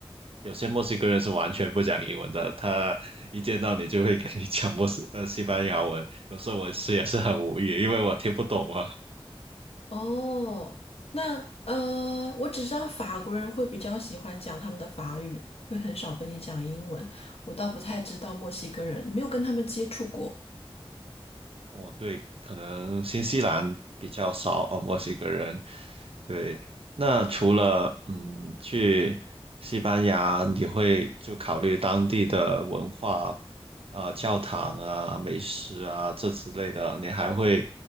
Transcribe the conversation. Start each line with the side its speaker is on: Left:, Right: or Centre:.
Right: 有些墨西哥人是完全不讲英文的，他一见到你就会跟你讲墨西呃西班牙文，有时候我是也是很无语，因为我听不懂啊。
Left: 哦，那呃，我只知道法国人会比较喜欢讲他们的法语，会很少跟你讲英文。我倒不太知道墨西哥人，没有跟他们接触过。
Right: 哦，对，可能新西兰比较少哦，墨西哥人。对，那除了嗯去西班牙，你会就考虑当地的文化，呃，教堂啊、美食啊这之类的，你还会